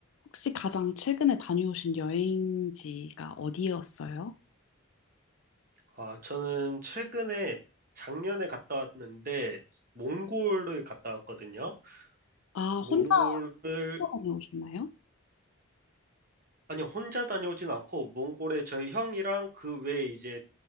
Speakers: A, on the left; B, on the right.
A: 혹시 가장 최근에 다녀오신 여행지가 어디였어요?
B: 아, 저는 최근에 작년에 갔다 왔는데 몽골을 갔다 왔거든요.
A: 아,
B: 몽골을
A: 혼자 다녀오셨나요?
B: 아니 혼자 다녀오진 않고 몽골에 저희 형이랑 그 외에 이제